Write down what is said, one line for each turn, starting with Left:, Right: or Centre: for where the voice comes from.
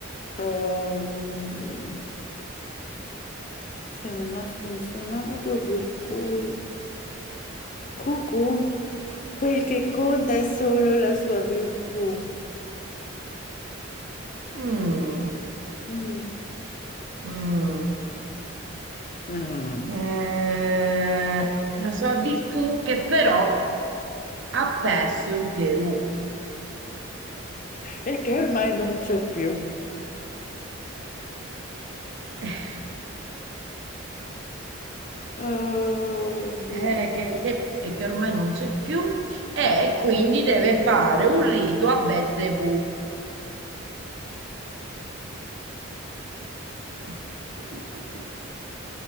Left: Ehm, se non ha funzionato, per cui cucù. Quel che conta è solo la sua virtù.
Right: mm,
Left: Mm.
Right: mm.
Left: Mm.
Right: Eh, la sua virtù che però ha perso in Perù.
Left: e che ormai non c'è più.
Right: eh,
Left: Oh mio
Right: eh,
Left: Dio,
Right: che, che- e che ormai non c'è più, e quindi deve fare un rito a Belzebù. <laughs>